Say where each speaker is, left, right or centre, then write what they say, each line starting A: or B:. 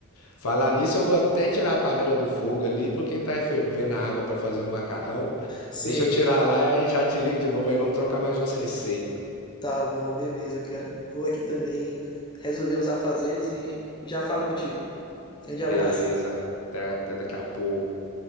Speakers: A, on the left; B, on the left.
A: Falar nisso, eu vou até tirar a panela do fogo ali, porque tá fervendo a água para fazer um macarrão.
B: Sim,
A: Deixa eu tirar lá e já te ligo de novo aí, vamos trocar mais umas receitas.
B: tá bom, beleza, cara. Vou aqui também resolver uns afazeres e já falo contigo. Grande abraço.
A: Beleza, até, até daqui a pouco.